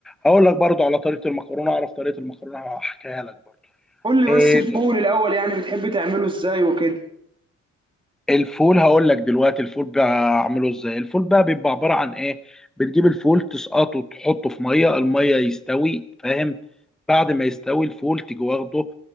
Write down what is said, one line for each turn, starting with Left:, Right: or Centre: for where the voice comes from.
Centre: هقول لك برضو على طريقه المكرونه اعرف طريقه المكرونه هحكيها لك برضو
Right: قول لي
Centre: إيه
Right: بس الفول الاول يعني بتحب تعمله ازاي وكده
Centre: الفول هقول لك دلوقتي الفول بعمله ازاي الفول بقى بيبقى عباره عن ايه بتجيب الفول تسقطه تحطه في ميه الميه يستوي فاهم بعد ما يستوي الفول تيجي واخده